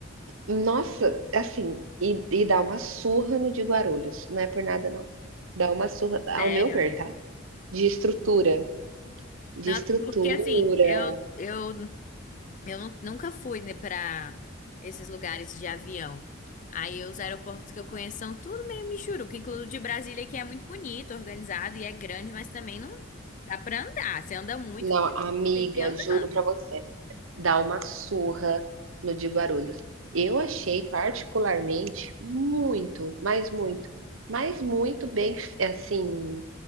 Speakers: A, on the right (about 80°); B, on the left (about 40°).
A: Nossa, assim, e e dá uma surra no de Guarulhos, não é por nada não. Dá uma surra, ao
B: Sério,
A: meu ver,
B: amiga.
A: tá, de estrutura, de
B: Não,
A: estrutura.
B: porque, assim, eu, eu, eu nu- nunca fui, né, pra esses lugares de avião. Aí os aeroportos que eu conheço são tudo meio michuruca, incluindo o de Brasília, que é muito bonito, organizado e é grande, mas também não dá pra andar. Você anda muito,
A: Não,
B: mas
A: amiga,
B: tem que ir andando.
A: juro pra você. dar uma surra no de Guarulhos. Eu achei particularmente muito, mas muito, mas muito bem, assim,